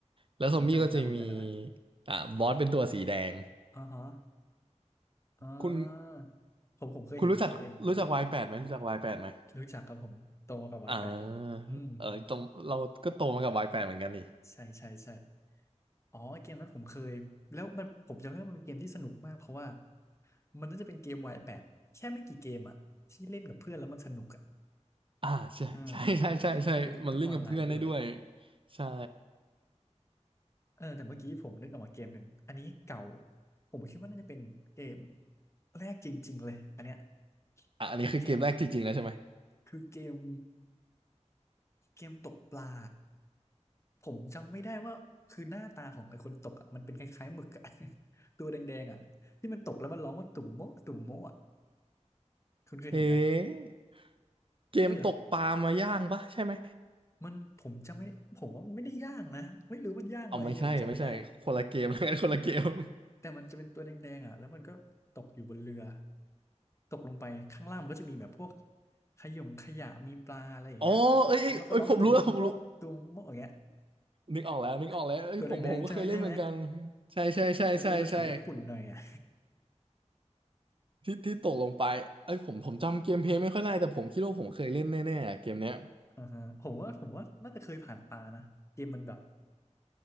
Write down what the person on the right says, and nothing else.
แล้วซอมบี้ก็จะมี
อ่าบอสเป็นตัวสีแดง
คุณ
คุณรู้จักรู้จักวายแปดไหมรู้จักวายแปดไหม
อ่าเออตรงเราก็โตมากับวายแปดเหมือนกันนี่
อ่าใช่ใช่ใช่ใช่ใช่มันลิงก์กับเพื่อนได้ด้วย
ใช่
อ่ะอันนี้คือเกมแรกจริงๆแล้วใช่ไหม
เอ๊ะเกมตกปลามาย่างปะใช่ไหม
เอาไม่ใช่ไม่ใช่คนละเกมแล้วกันคนละเกม
อ๋อเอ้ยเอ้ยเอ้ยผมรู้แล้วผมรู้
นึกออกแล้วนึกออกแล้วเอ้ยผมผมก็เคยเล่นเหมือนกัน
ใช่ใช่ใช่ใช่ใช่
ที่ที่ตกลงไปเอ้ยผมผมจำเกมเพลย์ไม่ค่อยได้แต่ผมคิดว่าผมเคยเล่นแน่ๆอะเกมเนี้ย